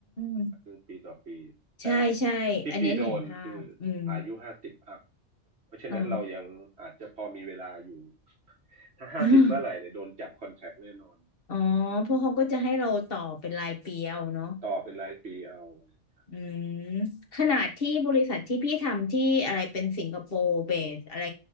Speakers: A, on the left; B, on the right.
A: ม
B: ซึ่งปีต่อปีแต่
A: ใช่ใช่
B: ที่พี่โดนคือ
A: อันนี้เห็นภาพอืม
B: อายุห้าสิบอัพเพราะฉะนั้นเรายังอาจจะพอมีเวลาอยู่
A: อ๋อ
B: ถ้าห้าสิบเมื่อไหร่เนี่ยโดนจับคอนแทคแน่นอน
A: <clears throat> อ๋อ เพราะเขาก็จะให้เราต่อเป็นรายปีเอาเนาะ
B: ต่อเป็นรายปีเอาร
A: อืมขนาดที่บริษัทที่พี่ทำที่อะไรเป็นสิงคโปร์เบสอะไร